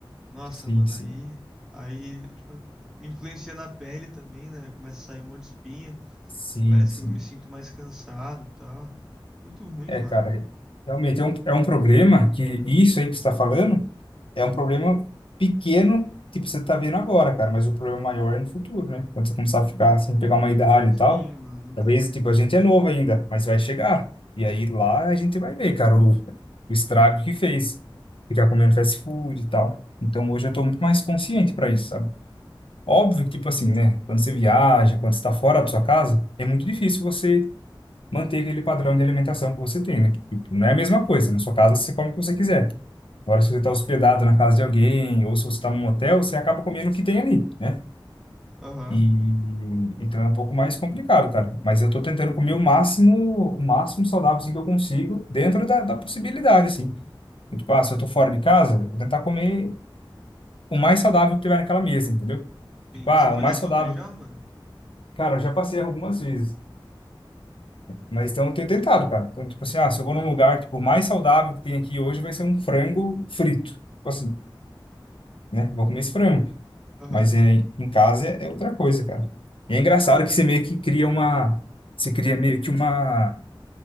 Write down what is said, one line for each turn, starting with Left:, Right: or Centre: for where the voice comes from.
Centre: Nossa,
Left: sim,
Centre: mano,
Left: sim.
Centre: aí. Aí, tipo, me influencia na pele também, né? Começa a sair um monte de espinha.
Left: Sim,
Centre: Parece
Left: sim.
Centre: que eu me sinto mais cansado e tal. Muito ruim,
Left: É,
Centre: mano.
Left: cara, realmente é um, é um problema que isso aí que você está falando é um problema pequeno que você está vendo agora, cara, mas o problema maior é no futuro, né? Quando você começar a ficar sem pegar uma idade
Centre: Sim,
Left: e tal,
Centre: mano, então.
Left: talvez, tipo, a gente é novo ainda, mas vai chegar. E aí lá a gente vai ver, cara, o, o estrago que fez, ficar comendo fast food e tal. Então hoje eu tô muito mais consciente para isso, sabe? Óbvio que, tipo assim, né? Quando você viaja, quando você tá fora da sua casa, é muito difícil você manter aquele padrão de alimentação que você tem, né? Tipo, não é a mesma coisa. Na sua casa, você come o que você quiser. Agora, se você está hospedado na casa de alguém, ou se você está num hotel, você acaba comendo o que tem ali, né?
Centre: Aham.
Left: E então é um pouco mais complicado, cara. Mas eu tô tentando comer o máximo, o máximo saudável assim, que eu consigo, dentro da, da possibilidade, assim. Tipo, ah, se eu tô fora de casa, eu vou tentar comer o mais saudável que tiver naquela mesa, entendeu?
Centre: Sim.
Left: Tipo, ah,
Centre: E você foi
Left: o mais
Centre: na Nutri
Left: saudável.
Centre: já, mano?
Left: Cara, eu já passei algumas vezes. Mas então eu tenho tentado, cara. Então, tipo assim, ah, se eu vou num lugar, tipo, o mais saudável que tem aqui hoje vai ser um frango frito. Tipo assim, né? Vou comer esse frango.
Centre: Aham.
Left: Mas é, em casa é, é outra coisa, cara. E é engraçado
Centre: Pô,
Left: que você meio que cria uma... Você cria meio que uma...